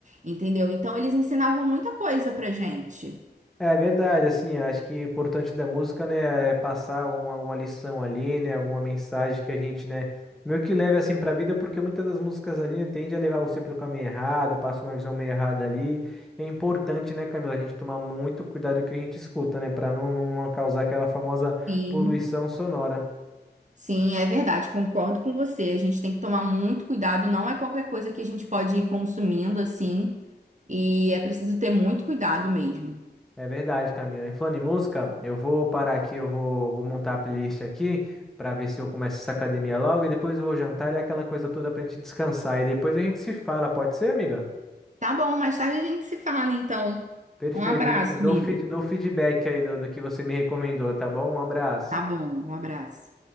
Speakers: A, on the right; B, in the centre.
A: entendeu? Então eles ensinavam muita coisa pra gente.
B: É verdade, assim, acho que o importante da música, né, é passar alguma, alguma lição ali, né, alguma mensagem que a gente, né, meio que leve assim pra vida, porque muitas das músicas ali, né, tende a levar você pro caminho errado, passa uma visão meio errada ali. E é importante, né, Camila, a gente tomar muito cuidado com o que a gente escuta, né, pra não, não causar aquela famosa
A: Sim.
B: poluição sonora.
A: Sim, é verdade, concordo com você. A gente tem que tomar muito cuidado, não é qualquer coisa que a gente pode ir consumindo assim, e é preciso ter muito cuidado mesmo.
B: É verdade, Camila. E falando em música, eu vou parar aqui, eu vou, vou montar a playlist aqui para ver se eu começo essa academia logo e depois eu vou jantar e aquela coisa toda pra gente descansar. E depois a gente se fala, pode ser, amiga?
A: Tá bom, mais tarde a gente se fala então.
B: Perfeito.
A: Um abraço,
B: Eu, eu dou,
A: amigo.
B: feed- dou feedback aí do, do que você me recomendou, tá bom? Um abraço.
A: Tá bom, um abraço.